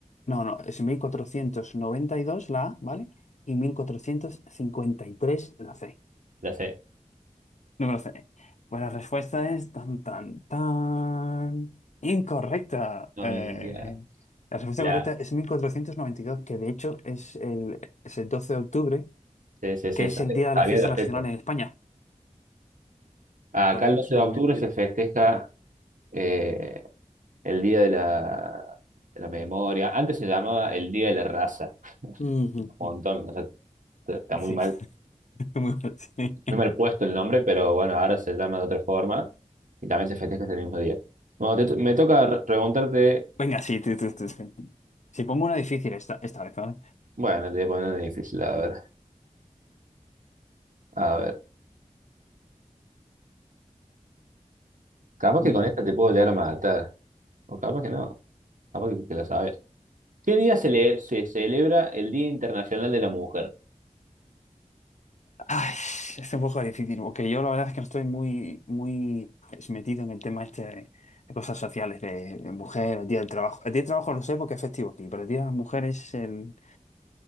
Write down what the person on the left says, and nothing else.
No, no, es 1492 la A, ¿vale? Y 1453 la C.
Número me lo Pues la respuesta es tan, tan, tan. Incorrecta.
Eh,
la respuesta correcta
es 1492, que de hecho es el, es el 12 de octubre,
que es
el día de
la fiesta
nacional
en España,
por
el
descubrimiento.
Ujú.
Sí,
<laughs> muy bueno, sí.
Venga, sí, tú, tú, tú, tú. Si pongo una difícil esta, esta vez, ¿vale?
Vale.
Ay, es un poco difícil, porque yo la verdad es que no estoy muy, muy pues, metido en el tema este de, de cosas sociales, de, de mujer, el día del trabajo. El día del trabajo lo sé porque es festivo aquí, pero el día de las mujeres es en